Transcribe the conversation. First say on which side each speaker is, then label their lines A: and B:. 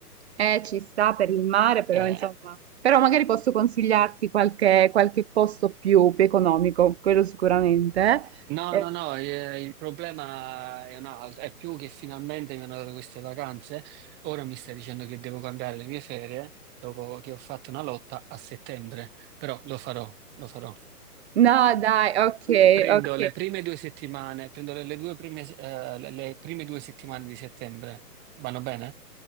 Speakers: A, on the right (about 45°); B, on the right (about 20°).
A: eh, ci sta per il mare, però
B: Eh,
A: insomma, però magari posso consigliarti qualche, qualche posto più, più economico, quello sicuramente.
B: no,
A: Eh,
B: no, no, eh, il problema è un altro, è più che finalmente mi hanno dato queste vacanze, ora mi stai dicendo che devo cambiare le mie ferie dopo che ho fatto una lotta a settembre, però lo farò, lo farò.
A: no, dai, ok,
B: Prendo
A: ok,
B: le prime due settimane, prendo le, le due prime, eh, le le prime due settimane di settembre. Vanno bene?